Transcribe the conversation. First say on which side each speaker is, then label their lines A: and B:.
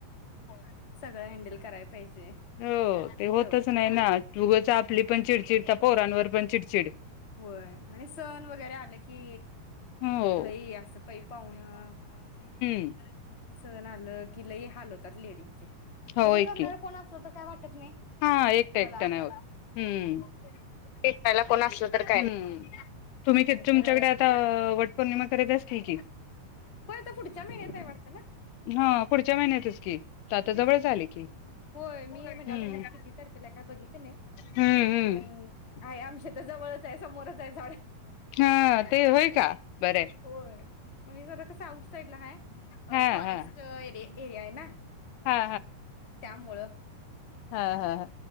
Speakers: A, on the left; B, on the left.
A: होय
B: सगळं हँडल कराय पाहिजे.
A: हो ते होतच
B: तेवढं
A: नाही, ना उगच आपली पण चिडचिड त्या पोरांनवर पण चिड चिड
B: होय आणि सण वगैरे आलं की
A: हो
B: लई आसं पई पाऊणं
A: हम.
B: सण आलं की लई हाल होतात लेडीजचे
A: होय
B: घरी करणार
A: की
B: कोण आसल तर काय वाटत <unintelligible>
A: हा एकट
B: जला
A: एकट नाही होत हुं <unintelligible> कोण असलं तर काय तुम्ही
B: नाहीतर
A: तुमच्याकडे आता वट पौर्णिमा करीत असतील की?
B: होय आता पुढच्या महिन्यात हाय वाटतं ना?
A: हा पुढच्या महिन्यातच की आता
B: तेच
A: जवळच
B: की
A: आले
B: होय मी
A: हम्म
B: म्हणजे अजून किती तारखेला काय बघितल नाही
A: हम्म हम्म
B: पण आहे आमच्या तर जवळच आहे समोरच आहे झाड,
A: हा ते होय का बरं
B: होय आम्ही जरा कस आउट साईडला हाय. अ
A: हा
B: फॉरेस्ट
A: हा
B: एरिय- एरियाय ना
A: हा
B: त्यामुळं
A: ह ह ह